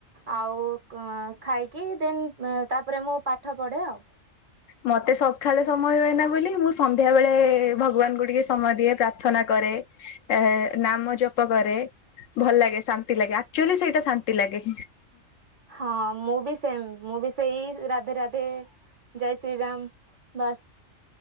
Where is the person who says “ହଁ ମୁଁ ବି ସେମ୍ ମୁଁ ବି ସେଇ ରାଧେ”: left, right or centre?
Right